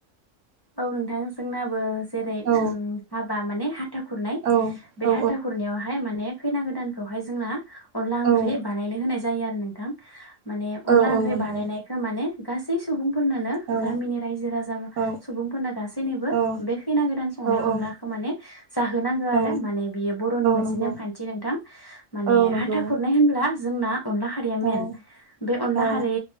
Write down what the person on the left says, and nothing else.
औ नोंथां जोंनाबो। जेरै
हाबा माने हाथा खुरनाय
बे
हाथा खुरनायावहाय माने खैना गोदानखौहाय जोंना अनला ओंख्रि
बानायनो होनाय जायो आरो नोंथां। माने अनला
ओंख्रि
बानायनायखो माने गासै सुबुंफोरनोनो
गामिनि रायजो राजानो
सुबुंफोरनो गासैनिबो
बे खैना गोदान संनायाव
अनलाखो माने जाहोनांगो आरो
माने बियो बर र'नि मोनसे
नेमखान्थि नोंथां माने
हाथा खुरनाय होमब्ला जोंना अनला हारिया मेन
बे अनला
खारि